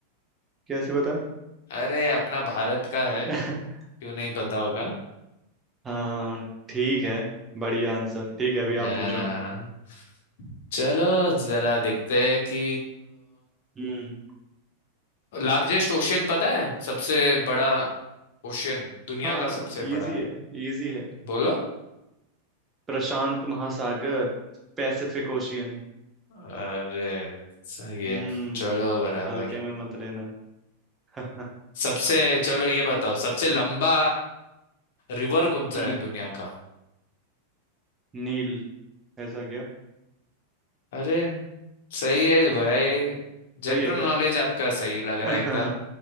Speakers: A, on the right (about 20°); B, on the left (about 55°).
A: कैसे बता
B: अरे अपना भारत का है
A: <laughs>
B: क्यों नहीं पता होगा
A: हाँ ठीक है बढ़िया आंसर ठीक
B: अ,
A: है अभी आप पूछो
B: चलो जरा देखते हैं कि
A: हम्म
B: लार्जेस्ट ओशियन पता है सबसे बड़ा ओशियन दुनिया
A: हाँ
B: का सबसे
A: इजी
B: बड़ा
A: है इजी है
B: बोलो
A: प्रशांत महासागर पैसिफिक ओशियन
B: अरे सही है
A: हम्म
B: चलो बराबर
A: हल्के में मत लेना <laughs>
B: सबसे चलो ये बताओ सबसे लंबा रिवर कौन
A: हम्म
B: सा है दुनिया का
A: नील ऐसा क्या
B: अरे सही है भाई जनरल
A: सही है क्या
B: नॉलेज आपका सही लग रहा
A: <laughs>
B: है एकदम